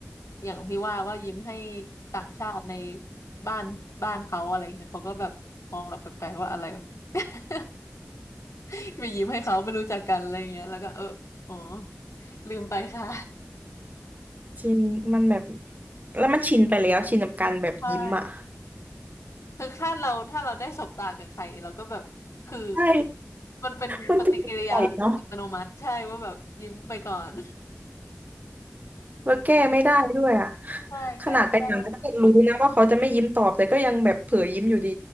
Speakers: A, on the left (about 75°); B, on the right (about 35°).
A: อย่างพี่ว่าว่ายิ้มให้ต่างชาติในบ้านบ้านเขาอะไรเงี้ยเขาก็แบบมองเราแปลกๆว่าอะไร <laughs> ไปยิ้มให้เขาไม่รู้จักกันอะไรเงี้ยแล้วก็เอออ๋อลืมไปค่ะ
B: จริงมันแบบแล้วมันชินไปแล้วชินกับการแบบยิ้มอ่ะ
A: ใช่ คือถ้าเราถ้าเราได้สบตากับใครเราก็แบบคือ
B: ใช่
A: มันเป็นปฏิกิริยาอัตโนมัติใช่ว่าแบบยิ้มไปก่อน
B: มันติดนิสัยเนาะแล้วแก้ไม่ได้ด้วยอ่ะ
A: ใช่แก้ไม่ได้
B: ขนาดไปต่างประเทศรู้นะว่าเขาจะไม่ยิ้มตอบแต่ก็ยังแบบเผลอยิ้มอยู่ดี